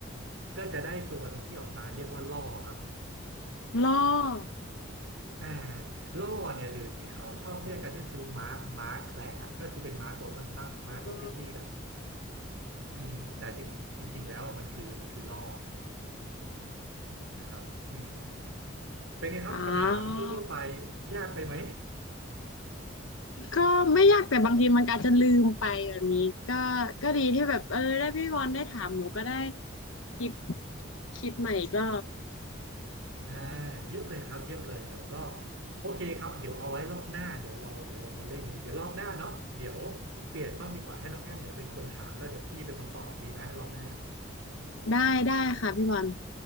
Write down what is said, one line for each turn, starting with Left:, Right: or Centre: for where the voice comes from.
Right: ก็จะได้ตัวหนึ่งที่ออกมาเรียกว่าล่อครับ
Left: ล่อ
Right: อ่าล่อเนี่ยหรือที่เขาชอบเรียกกันก็คือม้าม้าแคระอะก็คือเป็นม้าตัวสั้นๆม้าตัวเตี้ยๆอะ
Left: อ๋อ
Right: อืมแต่จริงจริงๆแล้วอะมันคือมันคือล่อนะครับอืมเป็นไงครับคำถามทั่วๆไป
Left: อ๋อ
Right: ยากไปไหม
Left: ก็ไม่ยากแต่บางทีมันอาจจะลืมไปแบบนี้ก็ก็ดีที่แบบเออได้พี่บอลได้ถามหนูก็ได้คิดคิดใหม่อีก็
Right: อ่าเยี่ยมเลยครับเยี่ยมเลยเนาะก็โอเคครับเดี๋ยวเอาไว้รอบหน้าเดี๋ยวเราเดี๋ยวเรามาเล่นกันอีกเดี๋ยวรอบหน้าเนาะเดี๋ยวเปลี่ยนบ้างดีกว่าให้น้องแอมเนี่ยเป็นคนถามแล้วเดี๋ยวพี่เป็นคนตอบดีไหมรอบหน้า
Left: ได้ได้ค่ะพี่บอล